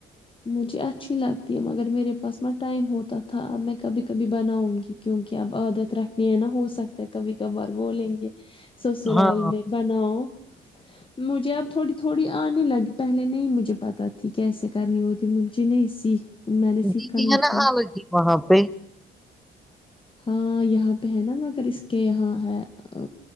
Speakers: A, on the left; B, in the centre.
A: مجھے اچھی لگتی ہے مگر میرے پاس ما ٹائم ہوتا تھا اب میں کبھی کبھی بناؤں گی کیونکی اب عادت رکھنی ہے نا ہو سکتا ہے کبھی کبھار بولیں گے سسرال
B: ہاں
A: میں بناؤ مجھے اب تھوڑی تو تھوڑی آنے لگی پہلے نہیں مجھے پتہ تھی کیسے کرنی ہوتی مجھے نہیں سیکھ میں نے سیکھا
B: جی جی
A: نہیں
B: ہے نا
A: تھا
B: الودگی وہاں پے
A: ہاں یہاں پے ہے نا مگر اس کے یہاں ہے آ